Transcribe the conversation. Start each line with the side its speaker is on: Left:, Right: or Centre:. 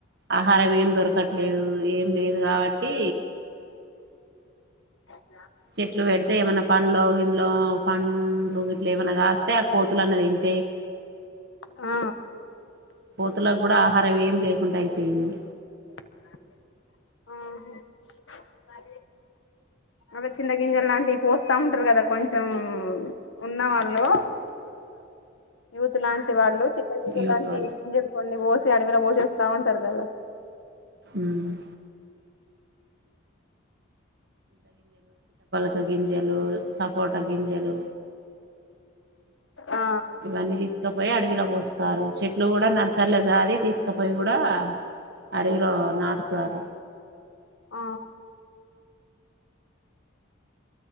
Right: ఆహారం ఏం దొరకట్లేదు ఏం లేదు కాబట్టి
Left: చ్
Right: చెట్లు పెడితే ఏమైన్నా పండ్లొ గిడ్లొ ఆ పండ్లు ఇట్ల ఏమన్నా కాస్తే ఆ కోతులు అన్న దిన్
Left: ఆ
Right: కోతులకు కూడా ఆహారం అవేం లేకుండా అయిపోయింది
Left: ఆహ అ చిన్న గింజలు లాంటివి పోస్తా ఉంటారు కదా కొంచెం ఉన్నవాళ్ళు ఇవతల ఆంటీ వాళ్ళు చిన్న గింజలు
Right: యూత్
Left: లాంటి
Right: వాళ్ళు
Left: గింజలు కొన్ని పో అడవిన పోసి వస్తా ఉంటారు కదా
Right: ఉమ్ త్త గింజలు సపోట గింజలు
Left: ఆ
Right: ఇవన్నీ తీసుకపోయి అడవిలో పోస్తారు చెట్లులో కూడా నర్సర్లేగా అది తీసుకపోయి కూడా అడవిలో నాటతారు
Left: ఆ